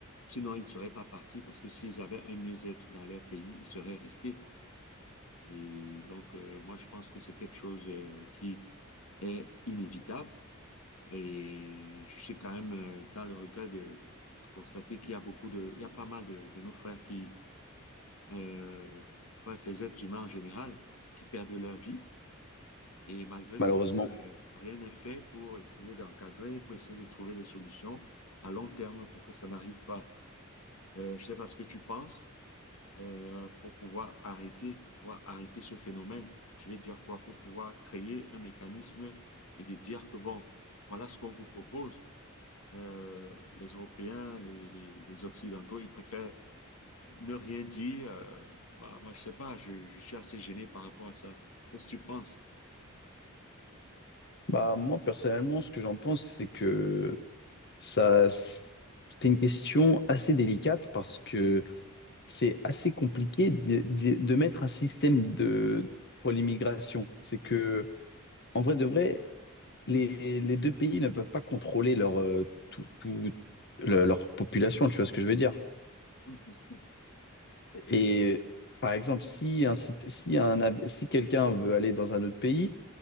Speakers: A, on the left; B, on the left.
A: sinon, ils ne seraient pas partis parce que s'ils avaient un mieux-être dans leur pays, ils seraient restés. Et donc, euh, moi, je pense que c'est quelque chose euh, qui est inévitable. Et je suis quand même euh, dans le regret de constater qu'il y a beaucoup de, il y a pas mal de, de nos frères qui euh, bref, les êtres humains en général, qui perdent leur vie. Et malgré
B: malheureusement.
A: cela, euh, rien n'est fait pour essayer d'encadrer, pour essayer de trouver des solutions à long terme pour que ça n'arrive pas. Euh, je ne sais pas ce que tu penses euh, pour pouvoir arrêter, pour pouvoir arrêter ce phénomène. Je vais dire quoi? Pour pouvoir créer un mécanisme et de dire que bon, voilà ce qu'on vous propose. Euh, les Européens, les, les, les Occidentaux, ils préfèrent ne rien dire, euh, bah, moi, je sais pas, je, je suis assez gêné par rapport à ça. Qu'est-ce que tu penses?
B: Bah moi personnellement, ce que j'en pense, c'est que ça c'est une question assez délicate parce que c'est assez compliqué de, de- de mettre un système de pour l'immigration. C'est que en vrai de vrai, les, les deux pays ne peuvent pas contrôler leur euh, tout, tout- le- leur population, tu vois ce que je veux dire.
A: Oui, bien sûr.
B: Et par exemple, si un, sit- si un hab- si quelqu'un veut aller dans un autre pays